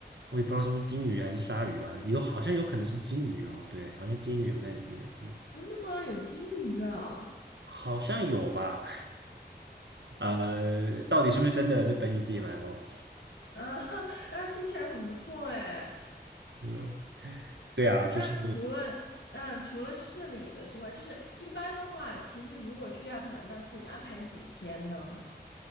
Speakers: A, on the right; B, on the left.
A: 我也不知道是不是金鱼还是鲨鱼吧，有好像有可能是金鱼哦，对，好像金鱼有在里面，嗯，
B: 真的吗？有金鱼啊？
A: 好像有吧，呃，到底是不是真的就等你自己来咯。
B: 啊 <laughs> 啊，听起来很不错哎。
A: 嗯，对啊，就是，
B: 那除了嗯、除了市里的之外，就是一般的话，其实如果去亚特兰大是安排几天呢？